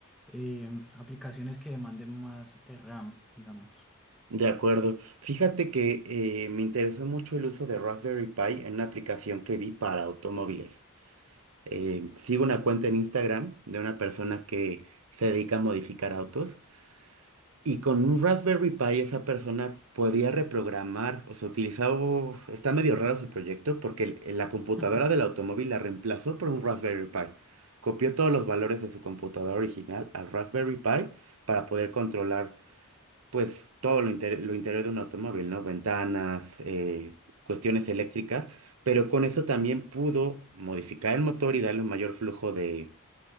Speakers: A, in the centre; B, on the right (about 75°).
A: em, aplicaciones que demanden más eh, RAM, digamos.
B: De acuerdo. Fíjate que eh, me interesó mucho el uso de Raspberry Pi en una aplicación que vi para automóviles. Eh, sigo una cuenta en Instagram de una persona que se dedica a modificar autos Y con un Raspberry Pi esa persona podía reprogramar, o sea, utilizaba, está medio raro su proyecto porque el- el- la computadora
A: <laughs>
B: del automóvil la reemplazó por un Raspberry Pi. Copió todos los valores de su computadora original al Raspberry Pi para poder controlar, pues, todo lo, inter- lo interior de un automóvil, ¿no? Ventanas, eh, cuestiones eléctricas, pero con eso también pudo modificar el motor y darle un mayor flujo de,